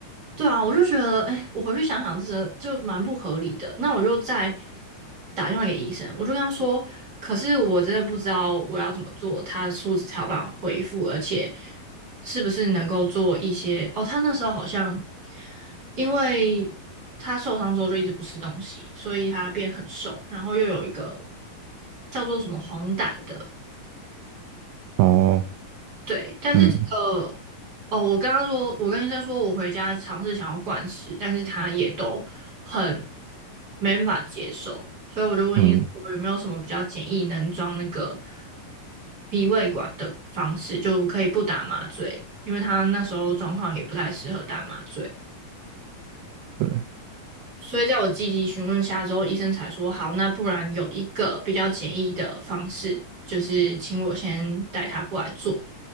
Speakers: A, on the right (about 25°); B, on the right (about 85°).
A: 对啊，我就觉得，哎，我回去想想，这就蛮不合理的。那我就再打电话给医生，我就跟他说，可是我真的不知道我要怎么做，他的数值才有办法恢复，而且是不是能够做一些……哦，他那时候好像因为他受伤之后就一直不吃东西，所以他变很瘦，然后又有一个叫做什么黄疸的。
B: 哦，
A: 对，但是这个
B: 嗯
A: 哦，我刚刚说，我跟医生说我回家尝试想要灌食，但是他也都很没办法接受，所以我就问医生我有没有什么比较简易能装那个
B: 嗯
A: 鼻胃管的方式，就可以不打麻醉，因为他那时候状况也不太适合打麻醉，
B: 对，
A: 所以在我积极询问下之后，医生才说好，那不然有一个比较简易的方式，就是请我先带他过来做。